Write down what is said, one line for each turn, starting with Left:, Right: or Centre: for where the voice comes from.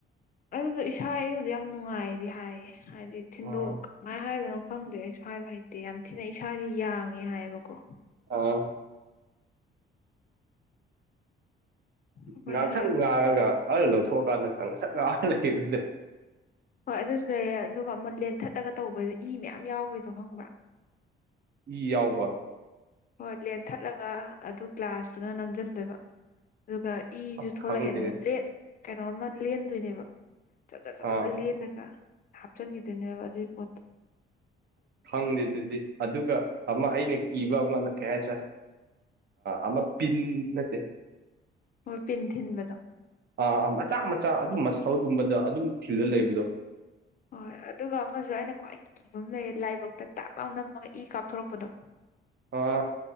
Left: ꯑꯗꯨꯗꯣ ꯏꯁꯥ ꯑꯩꯕꯨꯗꯤ ꯌꯥꯝ ꯅꯨꯡꯉꯥꯏꯗꯤ ꯍꯥꯏꯌꯦ ꯍꯥꯏꯗꯤ ꯊꯤꯟꯗꯣꯛ
Right: ꯑꯥ
Left: ꯀꯃꯥꯏꯅ ꯍꯥꯏꯗꯅꯣ ꯄꯥꯈꯪꯗꯦ ꯑꯩꯁꯨ ꯍꯥꯏꯕ ꯍꯩꯇꯦ ꯌꯥꯝ ꯊꯤꯅ ꯏꯁꯥꯥꯁꯦ ꯌꯥꯡꯉꯦ ꯍꯥꯏꯕꯀꯣ
Right: ꯑꯥ
Left: ꯀꯃꯥꯏ
Right: ꯉꯥꯡꯁꯪ
Left: ꯍꯥꯏ
Right: ꯉꯥꯡꯉꯒ ꯑ ꯂꯧꯊꯣꯛꯑꯀꯥꯟꯗ ꯀꯥꯡꯁꯛ ꯉꯥꯡꯑ ꯂꯩꯕꯗꯣ
Left: ꯍꯣꯏ ꯑꯗꯨꯁꯨ ꯂꯩꯔꯦ ꯑꯗꯨꯒ ꯑꯃ ꯂꯦꯟꯊꯠꯂꯒ ꯇꯧꯕꯗꯣ ꯏ ꯃꯌꯥꯝ ꯌꯥꯎꯕꯩꯗꯣ ꯍꯪꯕ꯭ꯔꯥ
Right: ꯏ ꯌꯥꯎꯕ
Left: ꯍꯣꯏ ꯂꯦꯟꯊꯠꯂꯒ ꯑꯗꯨ ꯒ꯭ꯂꯥꯁꯇꯨꯅ ꯅꯝꯁꯤꯟꯗꯣꯏꯕ ꯑꯗꯨꯒ ꯏꯁꯨ
Right: ꯑ,
Left: ꯊꯣꯛꯂꯛꯑꯦꯗꯅ
Right: ꯈꯪꯗꯦ
Left: ꯕ꯭ꯂꯦꯠ ꯀꯩꯅꯣ ꯑꯃ ꯂꯦꯟꯗꯣꯏꯅꯦꯕ ꯆ ꯆ ꯆ
Right: ꯑꯥ
Left: ꯆ ꯂꯂꯒ ꯍꯥꯞꯆꯟꯒꯈꯤꯗꯅꯦꯕꯖꯤꯣꯠꯇ
Right: ꯐꯪꯗꯦ ꯑꯗꯨꯗꯤ ꯑꯗꯨꯒ ꯑꯃ ꯑꯩꯅ ꯀꯤꯕ ꯑꯃꯅ ꯀꯩ ꯁꯥꯔ ꯑꯃ ꯄꯤꯟ ꯅꯠꯇꯦ
Left: ꯑꯣ ꯄꯤꯟ ꯊꯤꯟꯕꯗ
Right: ꯑꯥ ꯑꯥ ꯃꯆꯥ ꯃꯆꯥ ꯑꯗꯨꯝ ꯃꯁꯜꯒꯨꯝꯕꯗ ꯑꯗꯨꯝ ꯐꯤꯜꯗ ꯂꯩꯕꯗꯣ
Left: ꯍꯣꯏ ꯑꯗꯨꯒ ꯑꯃꯁꯨ ꯑꯩꯅ ꯈ꯭ꯋꯥꯏ ꯀꯤꯕ ꯑꯃ ꯂꯩ ꯂꯥꯏꯕꯛꯇ ꯇꯥꯛ ꯂꯥꯎ ꯅꯝꯃꯒ ꯏ ꯀꯥꯞꯊꯣꯔꯛꯄꯗꯣ
Right: ꯑꯣ